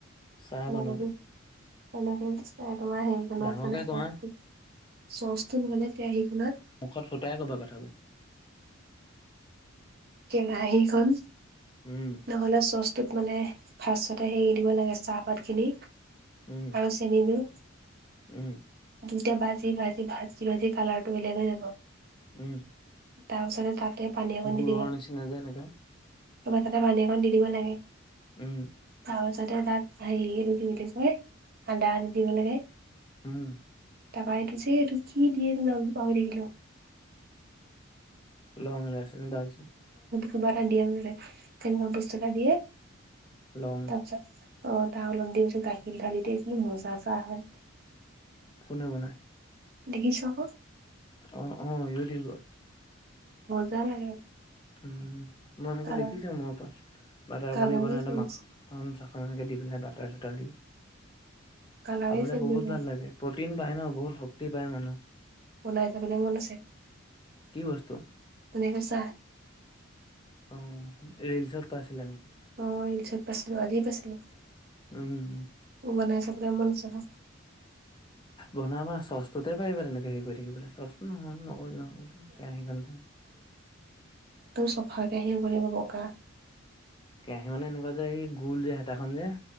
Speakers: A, on the left; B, on the right.
A: চাহ
B: এনেকে
A: বনালো
B: যে এনেকে তোমাৰ হেৰিখনত
A: ডাঙৰকে
B: মানে
A: কোৱা
B: চচ চচটো নে কেৰাহীটো
A: মুখত ফুটাই ক'বা কথাবোৰ
B: কেৰাহীখন
A: উম
B: নহ'লে চচ টোত মানে ফাৰ্ষ্টটে হেৰি দিব লাগে চাহপাত খিনি
A: উম
B: আৰু চেন দি
A: উম
B: দুইটা ভাজি ভাজি ভাজি ভাজি কালাৰ টো বেলেগ হৈ যাব
A: উম
B: তাৰ পিছতে তাতে পানী অকন
A: পুৰৰ
B: দি
A: নিচিনা যে এনেকা
B: তাৰ পা পানী অকন দি দিব লাগে
A: উম
B: তাৰপিছতে তাত হেৰিটো কি বুলি কয়, আদা আদি দিব লাগে
A: উম।
B: তাৰপৰা এইটো যে কি দিয়ে নামটো পাহৰি থাকিলোঁ।
A: লং, ইলাচি নে ডালচেনি?
B: কিবা এটা দিয়ে মুঠতে, তেনেকুৱা বস্তু এটা দিয়ে
A: লং
B: তাৰপিছত অ তাৰ অলপ দি পিছত গাখীৰ ধালি দিয়ে কি মজা চাহ হয়।
A: কোনে বনাই?
B: দেখিছো আক।
A: অ অ ইউটিউবত।
B: মজা লাগে।
A: উম মই সেনেকে
B: কালাৰ
A: দেখিছো মোৰ পৰা, বাটাৰ
B: কালাৰে
A: পনীৰ বনাই
B: চেঞ্জ
A: মাখন - চাখ তেনেকে দি পেলাই বাটাৰ চাটাৰ দি,
B: কালাৰে
A: খাবলৈ
B: চেঞ্জ
A: বহুত
B: হৈ যায়
A: ভাল লাগে প্ৰ'টিন পাই ন বহুত শক্তি পায় মানুহে।
B: বনাই যাবলৈ মন আছে।
A: কি বস্তু?
B: ধুনীয়াকৈ চাহ।
A: অ ৰিলচত পাইছিলা নেকি?
B: অ ৰিলছত পাইছিলো আজিয়ে পাইছিলো।
A: উম,
B: বনাই চাবলে মন আছে ঘৰত।
A: বনাবা চচটোতে পাৰিবা তেনেকে হেৰি কৰি থাকিবলে চচ নহলো নকৰিলো কেৰাহীখনতে।
B: টো চফাকে আহিম বুলি কব বগা
A: কেৰাহী মানে, এনেকুৱা যে সেই গোল যে হেতাখন যে,